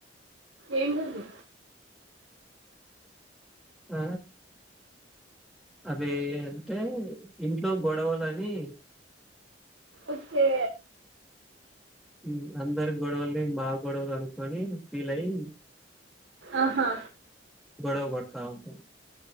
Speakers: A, on the right; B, in the centre.
A: ఏముంది
B: ఆ అవి అంటే ఇంట్లో గొడవలని
A: ఓకే
B: ఉమ్మ్ అందరి గొడవల్ని మా గొడవలు అనుకొని ఫీల్ అయి
A: ఆహా
B: గొడవ పడతా ఉంటాం